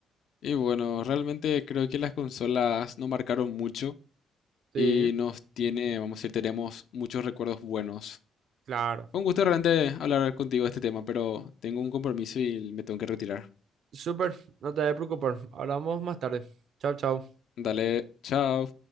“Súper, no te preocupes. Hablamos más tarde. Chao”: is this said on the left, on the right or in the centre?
Right